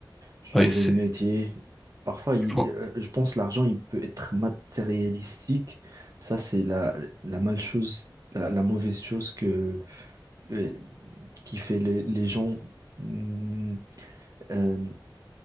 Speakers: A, on the right; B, in the centre.
A: changer
B: oui, c'est,
A: de métier. Parfois, il-
B: je crois-
A: euh, je pense l'argent, il peut être matérialistique. Ça, c'est la, la mal chose, la, la mauvaise chose que, euh, qui fait les, les gens mm, euh,